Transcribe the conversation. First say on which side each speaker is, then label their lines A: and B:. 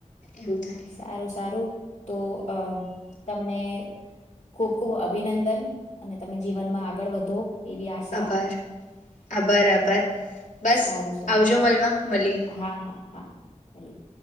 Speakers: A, on the left; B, on the left.
A: એવું થાય
B: સારું સારું. તો અ તમને ખુબ ખુબ અભિનંદન અને તમે જીવનમાં આગળ વધો એવી આશા
A: આભાર આબરા આબર બસ
B: સારું સારું
A: આવજો મળવા મળીએ.
B: હા હા હા ભલે.